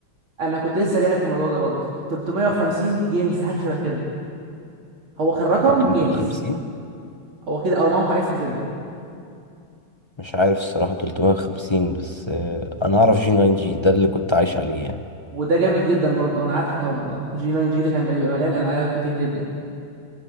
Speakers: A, on the right; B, on the left.
A: أنا كنت لسه جايلك في الموضوع ده برضه 350 جيمز حاجة شبه كده هو كان رقم
B: 8
A: جيمز
B: 350
A: هو كده أو موقع اسمه كده
B: مش عارف الصراحه 350 بس آه، انا اعرف جي 9 جي ده اللي كنت عايش عليه يعني
A: وده جامد جدا برضه أنا عارفه طبعا اه جي 9 جي ده كان بيبقى مليان ألعاب كتير جدا